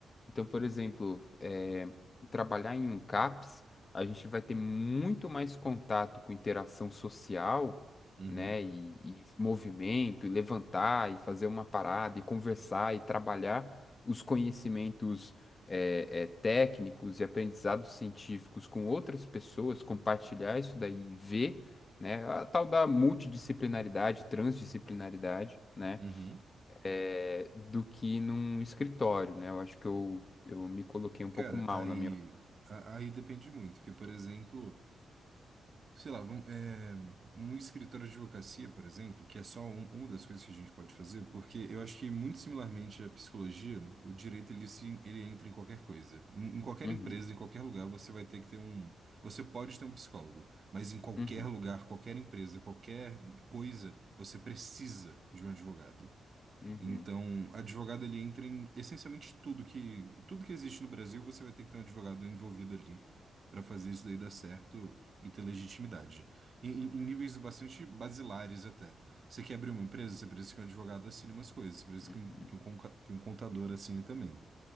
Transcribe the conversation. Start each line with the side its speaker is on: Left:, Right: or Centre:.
Left: Então, por exemplo, eh, trabalhar em um CAPS, a gente vai ter muito mais contato com interação social,
Right: uhum,
Left: né? E, e movimento, e levantar, e fazer uma parada, e conversar, e trabalhar os conhecimentos eh, eh, técnicos e aprendizados científicos com outras pessoas, compartilhar isso daí e ver, né? A tal da multidisciplinaridade, transdisciplinaridade, né?
Right: uhum.
Left: é, do que num escritório, né? Eu acho que eu, eu me coloquei um
Right: Cara,
Left: pouco mal
Right: aí,
Left: na minha.
Right: a- aí depende muito, porque, por exemplo, sei lá, vamos, é, num escritório de advocacia, por exemplo, que é só um- uma das coisas que a gente pode fazer, porque eu acho que muito similarmente à psicologia, o direito ele, se, ele entra em qualquer coisa. Em, em qualquer
Left: Uhum,
Right: empresa, em qualquer lugar, você vai ter que ter um. Você pode ter um psicólogo, mas em qualquer
Left: uhum,
Right: lugar, qualquer empresa, qualquer coisa, você precisa de um advogado.
Left: uhum,
Right: Então, advogado ele entra em essencialmente tudo que tudo que existe no Brasil, você vai ter que ter um advogado envolvido ali para fazer isso daí dar certo e ter legitimidade. Em, em- em níveis bastante basilares até. Você quer abrir uma empresa, você precisa que um advogado assine umas coisas, você precisa
Left: uhum,
Right: que um, que um, conca- que um contador assine também.